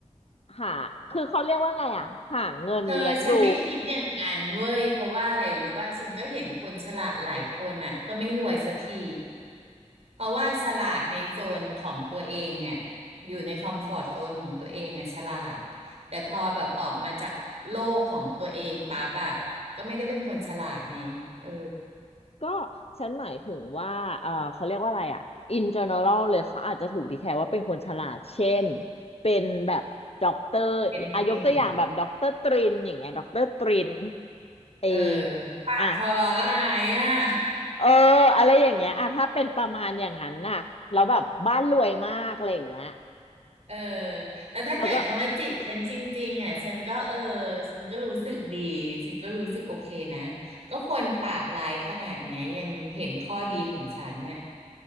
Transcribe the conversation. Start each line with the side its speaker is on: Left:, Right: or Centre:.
Left: หาคือเขาเรียกว่าไงอ่ะหาเงินเลี้ยงดู
Right: เธอฉันไม่คิดอย่างนั้นเว้ยเพราะว่าอะไรรู้ป่ะฉันก็เห็นคนฉลาดหลายคนอ่ะก็ไม่รวยสักทีเพราะว่าฉลาดในโซนของตัวเองอ่ะอยู่ในคอมฟอร์ตโซนของตัวเองอ่ะฉลาดแต่พอแบบออกมาจากโลกของตัวเองปั๊บอ่ะก็ไม่ได้เป็นคนฉลาดไงเออ
Left: ก็ฉันหมายถึงว่าเออเขาเรียกว่าอะไรอ่ะ in general เลยเขาอาจจะถูกดีแคลว่าเป็นคนฉลาดเช่นเป็นแบบด็อกเตอร์อายกตัวอย่างแบบด็อกเตอร์ตรินอย่างเงี้ยด็อกเตอร์ตริน
Right: เป็นเก่ง
Left: ไอ
Right: เออปากคอลอลายอ่ะ
Left: อ่ะ
Right: <laughs>
Left: เอออะไรอย่างเงี้ยอ่ะถ้าเป็นประมาณอย่างนั้นน่ะแล้วแบบบ้านรวยมากอะไรอย่างเงี้ย
Right: เออแล้วถ้าเกิดเขามาจีบฉันจริงๆอ่ะฉันก็เออ
Left: แล้วก็
Right: ฉันก็รู้สึกดี ฉันก็รู้สึกโอเคนะก็ควรปากร้ายขนาดเนี้ยยังเห็นข้อดีของฉันน่ะ